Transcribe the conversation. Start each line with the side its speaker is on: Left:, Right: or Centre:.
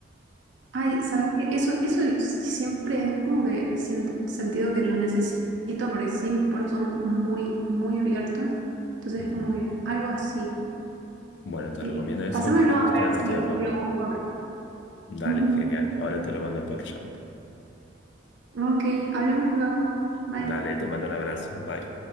Right: ay, ¿sabes qué? Eso, eso yo siempre es como que siento, sentido que lo necesito porque sí, mis poros son muy, muy abiertos. Entonces,
Left: Ujú.
Right: como que algo así,
Left: Bueno, te
Right: sí.
Left: recomiendo eso,
Right: Pásamelo
Left: que posta
Right: a
Left: lo
Right: ver
Left: estoy
Right: si,
Left: amando.
Right: si lo busco acá.
Left: Dale,
Right: Ujú.
Left: genial. Ahora te lo mando por chat.
Right: Ok, hablemos luego. Bye.
Left: Dale, te mando un abrazo. Bye.